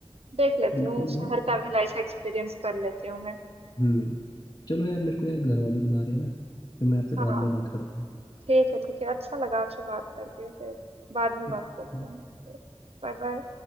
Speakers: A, on the right; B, on the left.
A: देख लेती
B: बिल्कुल
A: हूँ शहर
B: यार
A: का भी लाइफ एक्सपीरियंस कर लेती हूँ मैं
B: हम्म चलो यार मेरे को यार घर वाले बुला रहे हैं ना फिर मैं आपसे
A: हाँ
B: बाद में बात करता
A: ठीक है ठीक है अच्छा लगा आपसे बात करके फिर बाद में बात
B: हूँ
A: करते हैं Bye bye